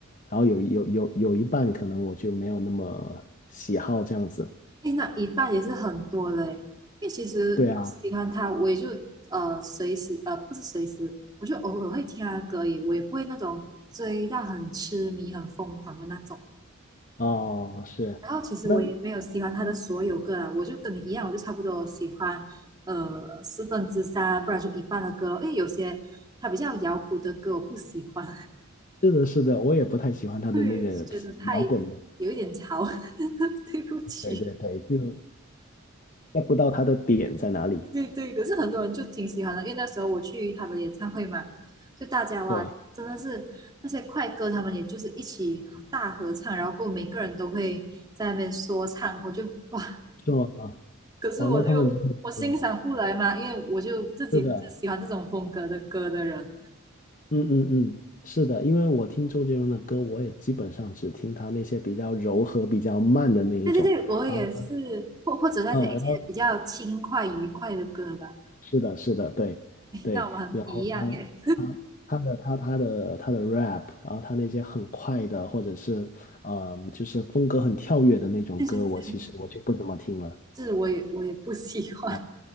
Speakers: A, on the left; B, on the right.
A: 然后有有有有一半可能我就没有那么喜好这样子。
B: 哎，那一半也是很多的哎，因为其实我喜欢他，
A: 对啊，
B: 我也就呃随时呃不是随时，我就偶尔会听他的歌而已，我也不会那种追到很痴迷、很疯狂的那种。
A: 哦，是，
B: 然后其实我也没有喜欢他的所有歌啦，
A: 那
B: 我就跟你一样，我就差不多喜欢呃四分之三，不然就一半的歌咯，因为有些他比较摇滚的歌我不喜欢，
A: 是的，是的，我也不太喜欢他的那个摇滚。
B: <laughs> 对，觉得太
A: 的。
B: 有一点潮，<laughs> 对不起。
A: 对对对，就 get 不到他的点在哪里。
B: 对对，可是很多人就挺喜欢的，因为那时候我去他们演唱会嘛，就大家哇，
A: 对，
B: 真的是那些快歌，他们也就是一起合大合唱，然后过后每个人都会在那边说唱，我就哇，
A: 是吗？
B: 可是我就
A: 哦，那他们真的是
B: 我欣赏不来嘛，因为我就自己不是喜欢这种风格的歌的人。
A: 是的，嗯嗯嗯，是的，因为我听周杰伦的歌，我也基本上只听他那些比较柔和、比较慢的那一种。
B: 对对对，我也是，
A: 然后他，
B: 或或者那些一些比较轻快愉快的歌吧，
A: 嗯，然后是的，是的，对对，
B: <laughs> 那我们很一样诶。
A: 然后他他他的他他的他的 rap，然后他那些很快的，或者是嗯，就是风格很跳跃的那种歌，
B: 对对对，
A: 我其实我就不怎么听了。
B: 这是我也我也不喜欢。
A: 啊，